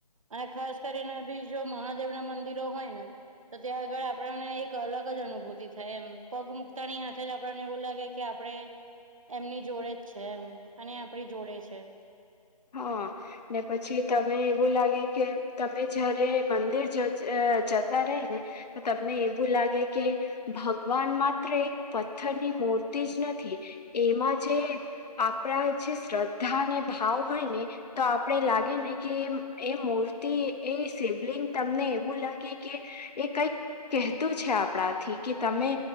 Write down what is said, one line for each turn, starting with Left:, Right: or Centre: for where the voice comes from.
Right: અને ખાસ કરીને બી જો મહાદેવ ના મંદિરો હોય ને તો ત્યાં આગળ આપણને એક અલગ જ અનુભૂતિ થાય એમ પગ મુકતાની હાથે જ આપણને એવું લાગે કે આપડે એમની જોડે જ છે એમ અને આપડી જોડે છે.
Left: હા, ને પછી તને એવું લાગે કે તમે જયારે મંદિર જ જતા રહે ને તો તમને એવું લાગે કે ભગવાન માત્ર એક પથ્થરની મૂર્તિ જ નથી એમાં જે આપડા જે શ્રદ્ધા અને ભાવ હોય ને તો આપડે લાગે ને કે એ મૂર્તિ એ શિવલિંગ તમને એવું લાગે કે એ કઈક કહેતું છે આપણાથી કે તમે